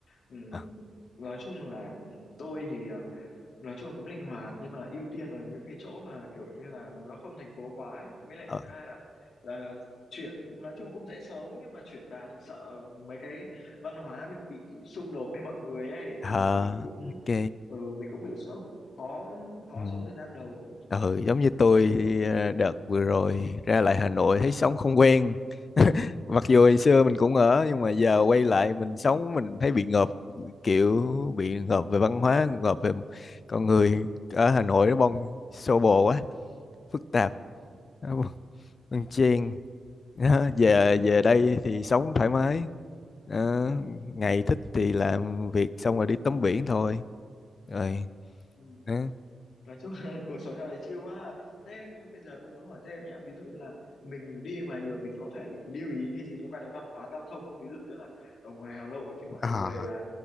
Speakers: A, on the left; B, on the left.
A: ừm,
B: à,
A: nói chung là tôi thì ờ, nói chung là cũng linh hoạt nhưng mà ưu tiên là những cái chỗ mà kiểu như là nó không thành phố quá ấy. Mới lại
B: ờ
A: thứ hai là là chuyển nói chung cũng dễ sống nhưng mà chuyển vào thì sợ mấy cái văn hóa mình bị xung đột với mọi người ấy
B: ờ,
A: thì mình cũng
B: ok
A: ừ, mình cũng bị sốc khó khó
B: ừ.
A: sống thời gian đầu
B: Ừ, giống như tôi ờ, đợt vừa rồi ra lại Hà Nội thấy sống không quen. <laughs> Mặc dù hồi xưa mình cũng ở nhưng mà giờ quay lại mình sống mình thấy bị ngợp kiểu bị ngợp về văn hóa, ngợp về con người ở Hà Nội nó bon xô bồ quá, phức tạp,
A: Ừ,
B: nó bon chen. Đó, về về
A: đó
B: đây thì sống thoải mái. Đó, ngày thích thì làm việc xong rồi đi tắm biển thôi. Rồi,
A: Ừ.
B: đó. Ừ.
A: nói chung là <laughs> cuộc sống trong đấy chill quá à. thế bây giờ tôi muốn hỏi thêm nhé ví dụ như là mình đi ngoài đường mình có phải lưu ý cái gì liên quan đến văn hóa giao thông không ví dụ như là ở ngoài Hà Nội thì mọi
B: À.
A: người là